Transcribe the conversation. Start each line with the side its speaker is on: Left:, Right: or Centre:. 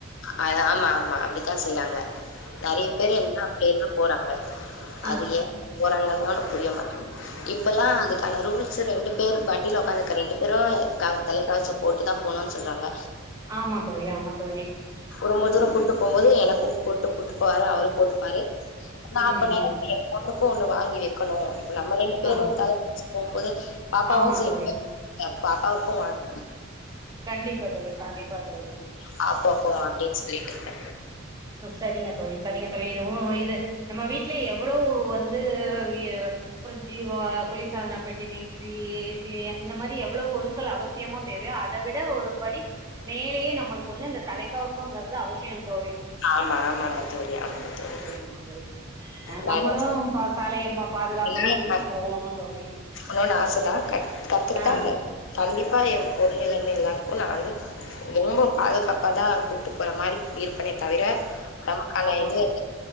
Left: அ ஆமா ஆமா அப்டித்தா செய்றாங்க நறைய பேரு எல்லா அப்டியேதா போறாங்க
Right: ஆஹ்
Left: அது ஏ போறாங்கன் ஓன் புரிய மாட்டேங்குது இப்பல்லா அதுக்கான ரூல்ஸ் ரெண்டு பேர் வண்டில ஒக்காந்துக்க ரெண்டு பேரூ கவ் தலைக்கவசோ போட்டு தா போணூன் சொல்றாங்க
Right: ஆமா தோழி ஆமா தோழி
Left: ரொம்ப தூரோ கூட்டு போம்போது எனக்கூ போட்டு கூட்டு போவாரு அவரூ போட்டுக் பாரு நா
Right: ம்
Left: அப்ப நெனைப்பே
Right: ம்
Left: ஏ பொண்ணுக்கூ ஒன்னு வாங்கி வெக்கணூ நம்ம ரெண்டு பேரூ
Right: ஆ
Left: தல போம்போது பாப்பாவூ
Right: ஆமா
Left: செ
Right: தோழி
Left: பாப்பாவுக்கூ வாங்
Right: கண்டிப்பா தோழி கண்டிப்பா தோழி
Left: பாப்பாக்கூ அப்டின் சொல்லிட்ருக்கே
Right: செரிங்க தோழி செரிங்க தோழி வுவு இது நம்ம வீட்லே எவ்ளவ் வந்து வி ஃப்ரிஜ்ஜி வா குளிர் சாதனப்பெட்டி மிக்ஸி ஏஸி இந்த மாரி எவ்ளோ பொருள்கள் அவசியமா தேவையோ அத விட ஒருபடி மேலேயே நம்மளுக்கு வந்து அந்த தலைக் கவசோங்கிறது அவசியோ தோழி
Left: ஆமா ஆமாங்க தோழி ஆமாங்க
Right: ஆமா
Left: தோழி
Right: ஆமா தோழி
Left: நானு
Right: நம்மளு
Left: <inaudible>
Right: ப சாலைய ம பாதுகாப்பெல்லா
Left: இல்லப்பா
Right: விதிச்சு போகணு தோழி
Left: னூன் ஆச தா கத் கத்துக்கிட்டா
Right: ஆ
Left: அந்த கண்டிப்பா எம் பொண்ணுலேந்து எல்லார்க்கூ நா வந்து ரொம்ப பாதுகாப்பா தா கூட்டு போற மாரி இர்ப்பேனே தவிர நமக்கான
Right: ஆமா
Left: இது
Right: தோழி